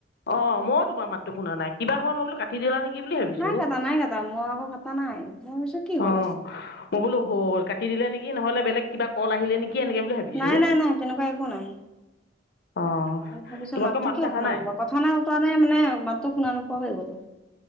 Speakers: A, on the left; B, in the centre.
A: অ ময়ো তোমাৰ মাতটো শুনা নাই কিবাোৱা মই বো কাটিদিলা নেকি বুলি ভাবিছোঁ
B: নাই কাটা নাই কাটা মই আকৌ কটা নাই ম ই ভাবিছো কি হল
A: অঁ
B: আছে।
A: মই বোলো' হল কাট দিলেি নহ'লে বেলেগ কিব ক আহিলে নেকি এনেকৈ বুলি ভাবিছোঁ
B: নাই নাই নাই তেনেকুৱা একো নাই
A: অঁ
B: তাৰ পিছত
A: তোমালোকৰ
B: মাতো
A: মাতবোত
B: কিয়
A: অহা
B: শুনা
A: নাই
B: নোবোৱা কথা নাই বতৰা নাই মানে মাতটো শুনা নোপোৱা হৈ গ'লো